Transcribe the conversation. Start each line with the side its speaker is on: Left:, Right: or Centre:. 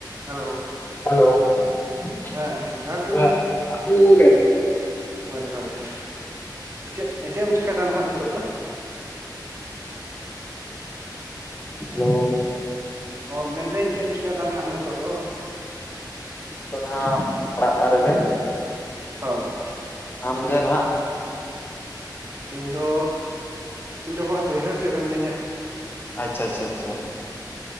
Right: Hello
Left: hello <unintelligible>
Right: ᱦᱮᱸ ᱡᱚᱦᱟᱨ ᱜᱮ ᱦᱚ ᱡᱚᱦᱟᱨ ᱜᱮ ᱪᱮᱫ ᱪᱮᱫ ᱮᱢ ᱪᱤᱠᱟᱭᱟ ᱱᱟᱦᱟᱜ ᱱᱤᱛᱚᱜ ᱫᱚ
Left: ᱦᱮᱞᱳ
Right: ᱚ ᱢᱮᱱᱫᱟᱹᱧ ᱪᱮᱫ ᱮᱢ ᱪᱮᱠᱟᱭᱫᱟ ᱱᱟᱦᱟᱜ ᱱᱤᱛᱚᱜ ᱫᱚ
Left: ᱛᱚ ᱱᱟᱦᱟᱜ ᱚᱲᱟᱜ ᱨᱮᱜᱮ
Right: ᱦᱚᱸ
Left: ᱟᱢᱜᱮ ᱱᱟᱦᱟᱜ
Right: ᱤᱧᱫᱚ ᱤᱧᱫᱚ ᱦᱚᱸᱜᱼ ᱵᱟᱹᱭᱦᱟᱹᱲ ᱥᱮᱫ ᱨᱮ ᱢᱤᱱᱟᱹᱧᱟ
Left: ᱟᱪᱪᱷᱟ ᱟᱪᱪᱷᱟ ᱟᱪᱷᱟ